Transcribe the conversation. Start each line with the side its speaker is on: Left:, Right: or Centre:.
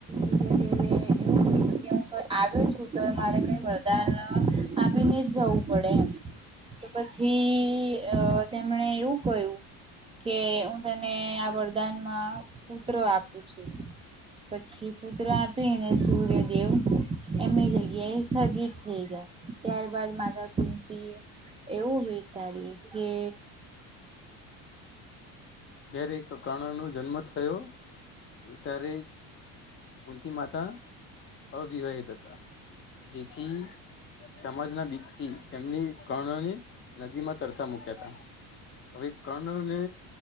Right: સર્ય દેવે એવું કીધું કે હું આ છું તો મારે કઈ. વરદાન
Left: <inaudible>
Right: આપીને જવું પડે એમ. તો પછી અ તેમને એવું કહું. કે હું તને આ વરદાનમાં પુત્ર આપું છું. પછી પુત્ર આપીને સૂર્યદેવ એમે જગ્યા એ થ. થઈ ગયા ત્યારબાદ મારા કુંતી એવું વિચાર્યું કે.
Left: જયારે એક કર્ણ નો જન્મ થયો ત્યારે. કુંંત માતા અવિવાહિત હતા જેથી. સમાજના બીકથી તેમની કર્ણની નદીમાં તરતા મુક્યા હતા. હવે કર્ણને